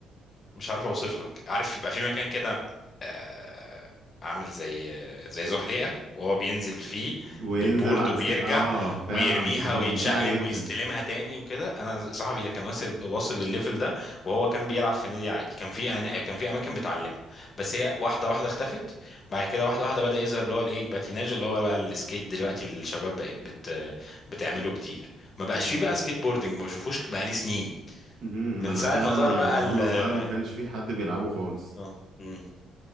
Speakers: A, on the left; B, on the right.
A: مش عارف اوصف لك عارف يبقى في مكان كده آه، عامل زي آه، زي زحليقه وهو بينزل فيه
B: وينزل
A: بالبورد
B: على
A: وبيرجع
B: الس... اه فعلا
A: ويرميها
B: بتبقى
A: ويتشقلب
B: ممتعة جدا
A: ويستلمها تاني وكده انا صاحبي ده كان واصل واصل للليفل ده وهو كان بيلعب في نادي عادي كان في أنا- كان في اماكن بتعلمها بس هي واحده واحده اختفت بعد كده واحده واحده بدا يظهر اللي هو الايه الباتيناج اللي هو بقى السكيت دلوقتي الشباب بقت بت بتعمله كتير ما بقاش
B: امم
A: فيه بقى سكيت بوردنج ما بشوفوش بقى لي سنين
B: امم
A: من
B: انا
A: ساعه
B: فعلا
A: ما ظهر
B: يعني
A: بقى ال
B: وانا صغير ما كانش في حد بيلعبه خالص
A: اه مم.